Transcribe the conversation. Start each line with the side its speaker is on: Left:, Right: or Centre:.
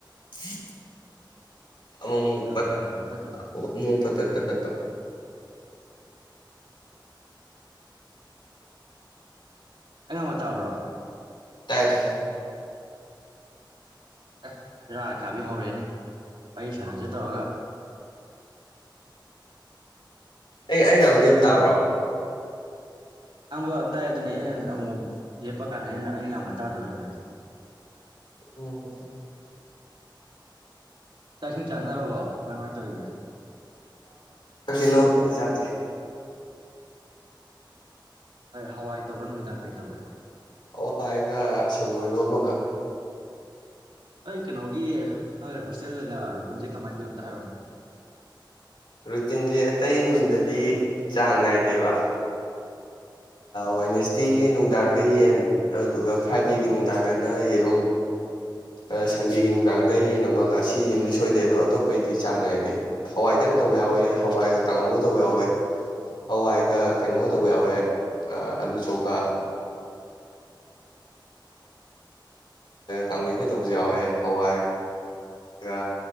Left: ꯍ <unintelligible> ꯑꯃꯄꯥ
Right: ꯑꯗꯨꯝ ꯌꯥꯅꯩꯑꯕ ꯑꯩꯈꯣꯏ ꯑꯗꯨꯝ
Left: ꯑꯃꯄꯥ <unintelligible>
Right: ꯑꯩ ꯉꯥꯡꯕ ꯇꯥꯕ꯭ꯔꯣ
Left: ꯇꯥꯏ ꯇꯥꯏ
Right: ꯑꯦ ꯔꯥ ꯀꯥꯕꯤ ꯍꯧꯔꯦ ꯅꯦ ꯋꯥꯔꯤ ꯁꯥꯟꯅꯁꯦ ꯇꯧꯔꯒ
Left: ꯑꯩ ꯑꯩ ꯉꯥꯡꯕꯗꯤ ꯌꯥꯝ ꯇꯥꯕ꯭ꯔꯣ
Right: ꯑꯕ ꯇꯥꯏ ꯑꯗꯨꯅꯦ ꯑꯩꯅ ꯑꯃꯨꯛ ꯂꯦꯞꯄ ꯀꯥꯟꯗ ꯑꯩꯅ ꯑꯩꯅ ꯑꯕ ꯇꯥꯗꯔꯣ ꯍꯪꯉꯩꯗꯣ
Left: ꯎ
Right: ꯆꯥꯛ ꯏꯁꯤꯡ ꯆꯥꯟꯅꯔꯕꯣ ꯀꯃꯥꯏ ꯀꯃꯥꯏ ꯇꯧꯔꯤꯒꯦ
Left: ꯍꯟꯗꯛ ꯇꯤ ꯂꯧ ꯎꯗ꯭ꯔꯗꯤ ꯆꯥꯗ꯭ꯔꯦ
Right: ꯍꯣꯏ ꯍꯋꯥꯏ ꯇꯧꯕꯔ ꯅꯨꯃꯤꯗꯥꯡ ꯀꯔꯤ ꯇꯧꯒꯦ
Left: ꯑꯣ ꯍꯋꯥꯏꯒ ꯁꯔꯣ <inaudible>
Right: ꯑꯩ ꯀꯩꯅꯣꯒꯤ ꯅꯣꯏ ꯍꯣꯁꯇꯦꯜꯒꯤ ꯑꯣꯏꯅ ꯂꯥꯛꯔꯨꯅꯦ ꯇꯁꯦ ꯀꯃꯥꯏ ꯇꯂꯝꯇ ꯍꯥꯏꯔꯥꯎꯅꯦ
Left: ꯔꯨꯇꯤꯟꯁꯦ ꯑꯇꯩ ꯅꯨꯃꯤꯠꯗꯗꯤ ꯆꯥꯡ ꯅꯥꯏꯗꯦꯕ ꯋꯥꯦꯅꯦꯁꯗꯦꯒꯤ ꯅꯨꯡꯗꯥꯡꯗ ꯌꯦꯟ ꯑꯗꯨꯗꯨ ꯐ꯭ꯔꯥꯏꯗꯦꯒꯤ ꯅꯨꯡꯗꯥꯡꯗꯅ ꯌꯦꯔꯨꯝ ꯑꯗ ꯁꯟꯗꯦꯒꯤ ꯅꯨꯡꯗꯥꯡꯗ ꯌꯦꯟ ꯑꯃꯒ ꯁꯤꯁꯤꯃꯗꯤ ꯁꯣꯏꯗꯦ ꯑꯗꯣ ꯑꯇꯣꯞꯄꯒꯤꯗꯤ ꯆꯥꯡ ꯅꯥꯏꯗꯦ ꯍꯋꯥꯏ ꯈꯤꯇꯪ ꯇꯧꯕ ꯌꯥꯎꯋꯦ ꯍꯋꯥꯏꯒ ꯀꯥꯡꯉꯧꯒ ꯇꯧꯕ ꯌꯥꯎꯋꯦ ꯍꯋꯥꯏꯒ ꯀꯩꯅꯣꯒ ꯇꯧꯕ ꯌꯥꯎꯋꯦ ꯑꯥꯂꯨ ꯆꯣꯛꯀ ꯀꯥꯡꯒꯩꯀ ꯇꯧꯕꯁꯨ ꯌꯥꯎꯋꯦ ꯍꯋꯥꯏꯒ